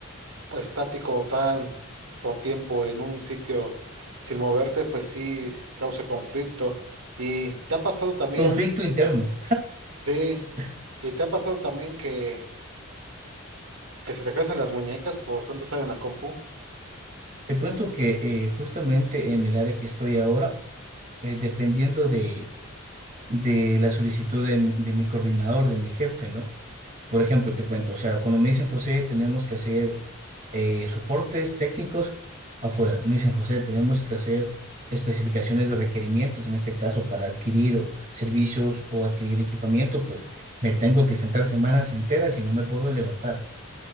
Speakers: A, on the right; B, on the right.
A: pues, estático o tanto tiempo en un sitio sin moverte, pues sí causa conflicto. ¿Y te ha pasado también?
B: conflicto interno.
A: Sí,
B: <laughs>
A: ¿y te ha pasado también que, que se te cansan las muñecas por tanto estar en la compu?
B: Te cuento que eh, justamente en el área que estoy ahora, eh, dependiendo de, de la solicitud de, de mi coordinador, de mi jefe, ¿no? Por ejemplo, te cuento, o sea, cuando me dicen José, tenemos que hacer eh, soportes técnicos afuera. Me dicen José, tenemos que hacer especificaciones de requerimientos, en este caso para adquirir o- servicios o adquirir equipamiento, pues me tengo que sentar semanas enteras y no me puedo levantar.